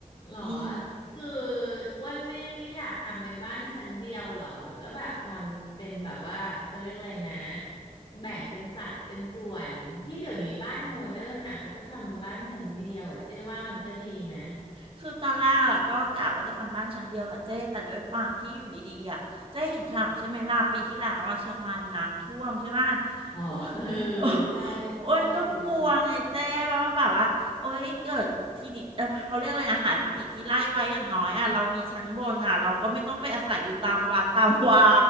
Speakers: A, on the left; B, on the right.
A: หรอ
B: อืม
A: คืออ้วนไม่ไม่อยากทำเป็นบ้านชั้นเดียวหรอแล้วก็แบบทำเป็นแบบว่าเขาเรียกอะไรนะแบ่งเป็นสัดเป็นส่วนที่เดี๋ยวนี้บ้านโมเดิร์นน่ะเขาก็ทำบ้านชั้นเดียวอ่ะเจ๊ว่ามันก็ดีนะ
B: คือตอนแรกอะก็กะว่าจะทำบ้านชั้นเดียวแหละเจ้แต่ด้วยความที่อยู่ดีๆอ่ะเจ้เห็นข่าวใช่ไหมล่ะปีที่แล้วอ่ะเชียงรายน้ำท่วมใช่ป่ะ <laughs>
A: อ๋อเออ
B: อ้วน
A: ใช่ใช่เออ
B: อ้วนก็กลัวไงเจ้าว่าแบบว่าโอ๊ยเกิดที่หนีเอ่อเขาเรียกอะไรอะหาทางหนีที่ไล่ไว้อย่างน้อยอ่ะเรามีชั้นบนอ่ะเราก็ไม่ต้องไปอาศัยอยู่ตามวัดตามวา